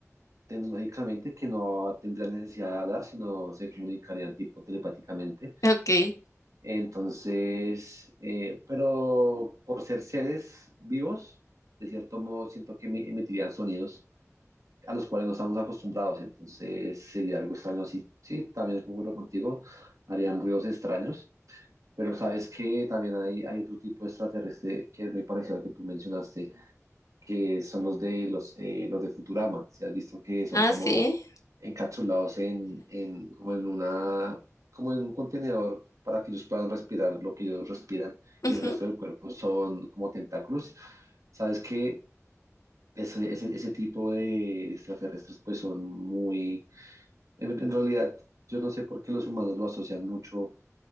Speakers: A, on the right; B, on the left.
A: tecnológicamente que no tendrían necesidad de hablar, sino se comunicarían tipo telepáticamente.
B: Ok.
A: Entonces, eh, pero por ser seres vivos, de cierto modo siento que emi- emitirían sonidos a los cuales no estamos acostumbrados, entonces sería algo extraño así. Sí, también concuerdo contigo, harían ruidos extraños, pero sabes que también hay, hay otro tipo de extraterrestre que es muy parecido al que tú mencionaste que son los de los, eh, los de Futurama. Si has visto que son
B: Ah,
A: como
B: sí.
A: encapsulados en, en, como en una, como en un contenedor para que ellos puedan respirar lo que ellos respiran
B: Ujú.
A: y el resto del cuerpo son como tentáculos. Sabes que ese, ese, ese tipo de extraterrestres pues son muy, en, en realidad yo no sé por qué los humanos lo asocian mucho